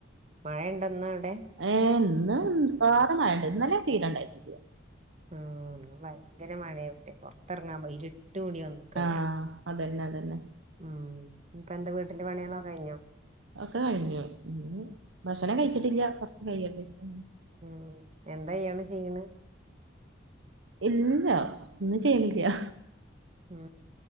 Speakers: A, on the right (about 40°); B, on the right (about 75°).
A: മഴെണ്ടൊ ഇന്ന അവടെ
B: ഏഹ് ഇന്ന് നിർത്താതെ മഴെണ്ട് ഇന്നലെ തീരെണ്ടായിട്ടില്ല.
A: ആഹ് ഭയങ്കര മഴയ ഇവിടേം പൊറത്തിറങ്ങവയ ഇര്ട്ട് കൂടി വന്നു ക്കമഴ
B: ആഹ് അതന്നെ അതന്നെ
A: ഉം ഇനിപ്പെന്താ വീട്ടില് പണികളൊകഴിഞ്ഞോ
B: ഒക്കെ കഴിഞ്ഞു ഭക്ഷണം കഴിച്ചിട്ടില്ല കുറച്ച് കയ്യട്ടെ ചിട്
A: ഉം എന്താ ഇയ്യാള് ചെയ്യണ്.
B: ഇല്ല ഒന്നു ചെയ്യ്ണില്ല.
A: ആഹ്